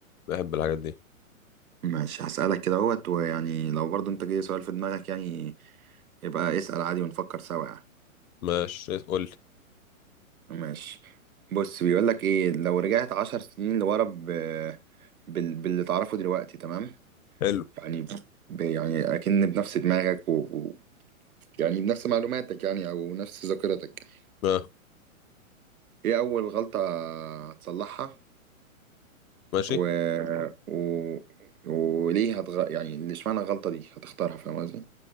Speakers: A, on the left (about 75°); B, on the right (about 80°).
A: بحب الحاجات دي
B: ماشي هسالك كده اهوت ويعني لو برضو انت جاي سؤال في دماغك يعني يبقى اسال عادي ونفكر سوا يعني
A: ماشي قول لي
B: ماشي بص بيقول لك ايه لو رجعت عشر سنين لورا ب... بال... باللي تعرفه دلوقتي تمام
A: حلو
B: يعني ب... يعني اكن بنفس دماغك و... و... يعني بنفس معلوماتك يعني او نفس ذاكرتك
A: اه
B: ايه اول غلطة هتصلحها
A: ماشي
B: و... و... وليه هتغ... يعني اللي اشمعنى الغلطة دي هتختارها فاهم قصدي